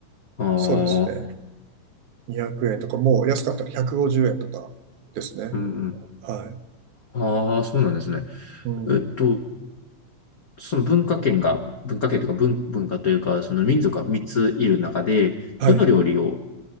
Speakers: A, on the left; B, on the right.
A: ああ、
B: そうですね。200円とか、もう安かったら150円とかですね。
A: うん、うん
B: はい。
A: ああ、そうなんですね。
B: うん。
A: えっと、その文化圏が、文化圏というか文、文化というか、その民族が3ついる中で、
B: はい。
A: どの料理を、